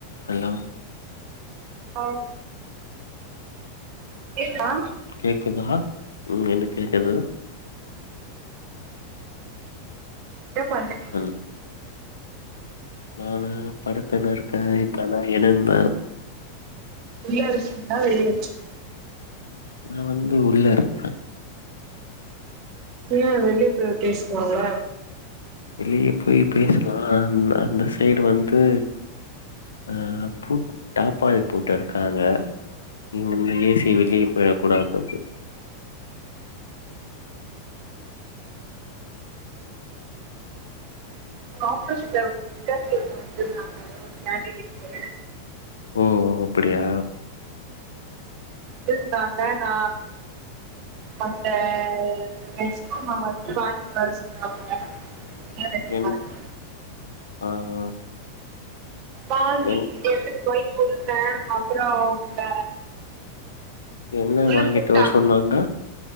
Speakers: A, on the left; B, on the right.
A: Hello
B: hello கேக்குதா
A: கேக்குதா ம் எனக் கேக்குது
B: இன்னா பண்ட்றீங்
A: <unintelligible> நானு படுத்துனு இருக்க இப்பதா எழுந்த
B: உள்ள இருக்கீங்ளா வெளிய இருக்கீங்
A: நா வந்து உள்ள இருக்கே
B: ஏ வெளிய போய் பேஸ்லால
A: வெளிய போய் பேசலா அந் அந்த சைடு வந்து அ பூட் டாப்பால் போட்டுருக்காங்க இங்கந்து ஏசி வெளிய போயரக்கூடாததுக்கு
B: ஆபீஸ்ல ஒரு இன்டர்வியூ வந்துருந்தாங்க ஒரு கேண்டிடேட்டுக்கு
A: ஓ ஓ அப்டியா
B: இருந்தாங்க நா வந்த ரெஸ்க் மா வந்து வாங்கிட்டு வர சொன்னாங்க உயர் அதிகாரி
A: என் ஆ ஆ
B: வாங்கி
A: என்
B: எடுத்துட்டு போய் குடுப்பே அப்றோ அவுங்க
A: என்ன
B: உள்ள
A: வாங்கிட்டு
B: கூப்டாங்க
A: வர சொன்னாங்க